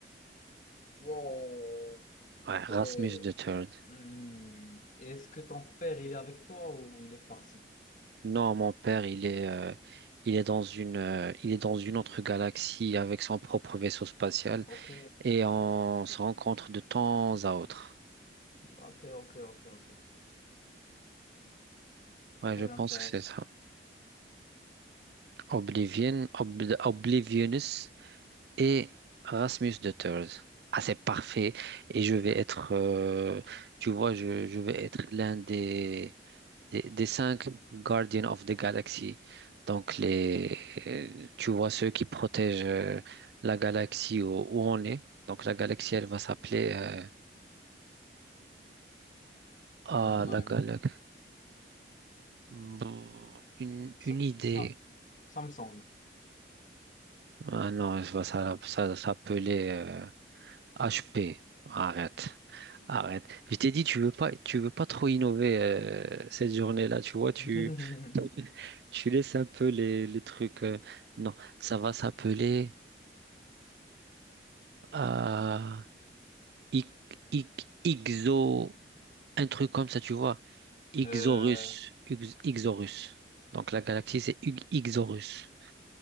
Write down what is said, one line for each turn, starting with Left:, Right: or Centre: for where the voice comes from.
Left: Wow.
Right: Ouais, Rasmus
Left: Et
Right: the Third.
Left: Hmm. Et Est-ce que ton père, il est avec toi ou il est parti?
Right: Non, mon père, il est, euh, il est dans une, euh, il est dans une autre galaxie avec son propre vaisseau spatial
Left: Ok,
Right: et on se rencontre de temps à autre.
Left: ok, ok, ok, ok.
Right: Ouais,
Left: Très
Right: je pense
Left: intéressant.
Right: que c'est ça. Oblivion, Ob- Oblivionus, et Rasmus de Thurs. Ah, c'est parfait. Et je vais être, euh, tu vois, je, je vais être l'un des, des, des cinq Guardians of the Galaxy. Donc, les, euh, tu vois, ceux qui protègent euh, la galaxie où, où on est. Donc, la galaxie, elle va s'appeler. euh, ah,
Left: La...
Right: la galaxie. bon, Une,
Left: Sa-
Right: une idée.
Left: Sa- Samsung.
Right: Ah non, je vois ça, ça s'appeler. HP, arrête, arrête. Je t'ai dit, tu veux pas, tu veux pas trop innover euh, cette journée-là, tu vois, tu,
Left: <laughs>
Right: <laughs> tu laisses un peu les, les trucs. euh, non, ça va s'appeler euh, Ix- Ix- Ixo, un truc comme ça, tu vois. Ixorus,
Left: Euh,
Right: Ix- Ixorus. Donc la galaxie, c'est Ix- Ixorus.